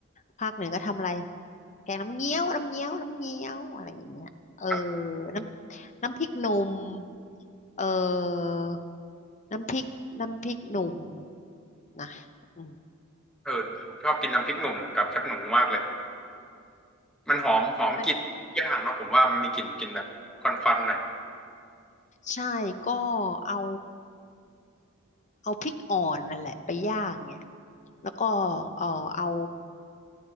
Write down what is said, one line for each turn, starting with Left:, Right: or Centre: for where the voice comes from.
Left: ภาคเหนือก็ทำอะไรแกงน้ำเงี้ยวน้ำเงี้ยวน้ำเงี้ยวอะไรอย่างเงี้ยเออ
Centre: ครับ
Left: น้ำน้ำพริกหนุ่มเออน้ำพริกน้ำพริกหนุ่มนะอืม
Centre: เออผมชอบกินน้ำพริกหนุ่มกับแคบหนูมากเลยมันหอมหอมกลิ่นย่างเนาะผมว่ามันมีกลิ่นกลิ่นแบบควันๆหน่อย
Left: มันใช่ก็เอาเอาพริกอ่อนนั่นแหละไปย่างไง แล้วก็เอ่อเอา